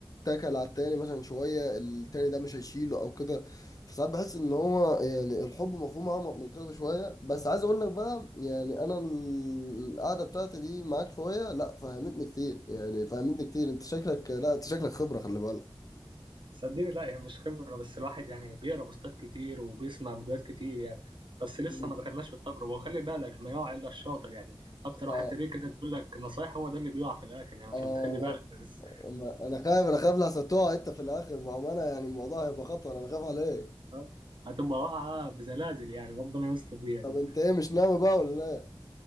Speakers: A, on the left; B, on the right.
A: اتكل على التاني مثلا شوية التاني ده مش هيشيله او كده فساعات بحس ان هو يعني الحب مفهوم اعمق من كده بشويه بس عايز اقول لك بقى يعني انا ال- القعده بتاعتي دي معاك شويه لا فهمتني كتير يعني فهمتني كتير انت شكلك لا انت شكلك خبره خلي بالك
B: صدقني لا يعني مش خبرة بس الواحد يعني بيقرا بوستات كتير وبيسمع فيديوهات كتير يعني بس لسه
A: مم.
B: ما دخلناش في التجربة وخلي بالك ما يقع إلا الشاطر يعني أكتر
A: اه
B: واحد تلاقيه كده بيقول لك نصايح هو ده اللي بيقع في الآخر يعني عشان
A: اه
B: تخلي بالك بس
A: ما- انا خايف انا خايف لحسن تقع انت في الاخر بامانه يعني الموضوع هيبقى خطر انا خايف عليك
B: آه، هتبقى واقعة بزلازل يعني ربنا يستر بيها
A: طب
B: دي
A: انت ايه مش ناوي بقى ولا